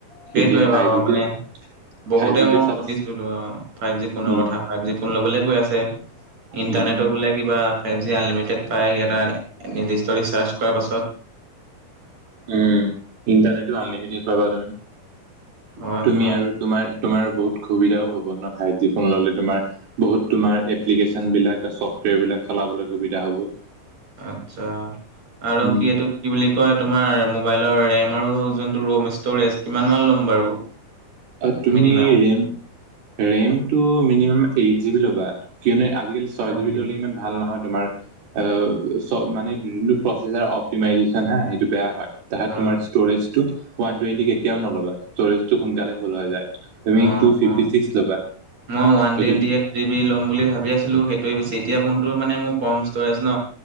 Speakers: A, on the right; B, on the right.
A: সেইটোৱে
B: যেতিয়া ফাইভ
A: আৰু
B: জিতে
A: মানে, বহুতে
B: ফাইভ জিতে
A: মই
B: চব
A: সুধিছিলোঁ ফাইভ জি ফোনৰ
B: উম
A: কথা। ফাইভ জি ফোন ল'বলৈ কৈ আছে, ইণ্টাৰনেটো
B: উম,
A: বোলে কিবা ফাইভ জি আনলিমিটেড পায়, এটা নিৰ্দিষ্ট ৰিচাৰ্জ কৰাৰ পাছত।
B: উম, ইণ্টাৰনেটো আনলিমিটেড পাবা তুমি,
A: হয়
B: তুমি
A: হয়
B: আৰু তোমাৰ, তোমাৰ বহুত সুবিধাও হ'ব ন' ফাইভ জি ফোন ল'লে তোমাৰ বহুত তোমাৰ এপ্লিকেশ্যন বিলাক বা চফ্টৱেৰ বিলাক চলাবলৈ সুবিধা হ'ব।
A: আচ্ছা, আৰু
B: উম,
A: কি এইটো কি বুলি কয় তোমাৰ মোবাইলৰ ৰেম আৰু যোনটো ৰ'ম ষ্টৰেজ, কিমান মান ল'ম বাৰু?
B: <inaudible> অ' তুমি
A: মিনিমাম
B: ৰেম, ৰেমটো মিনিমাম এইট জিবি ল'বা, কিয়নো আজিকালি ছয়
A: হয়
B: জিবি
A: নেকি?
B: ল'লে ইমান ভাল নহয় তোমাৰ, অ' চ-মানে যোনটো প্ৰচেছাৰ অপটিমাইজেশ্যন হা সেইটো বেয়া হয়। তাহাত
A: অ
B: তোমাৰ ষ্টৰেজটো ওৱান টুৱেন্টি কেতিয়াও নোলাবা, ষ্টৰেজটো সোনকালে ফূল হৈ যায়। তুমি
A: অ
B: টু ফিফটি
A: অ।
B: ছিক্স ল'বা,
A: মই ওৱান
B: সেইটো
A: টুৱেণ্টি এইট জি বি ল'ম বুলি ভাবি আছিলোঁ সেইটোৱে বেছি, এতিয়া ফোনটো মানে মোৰ কম ষ্টৰেজ ন'।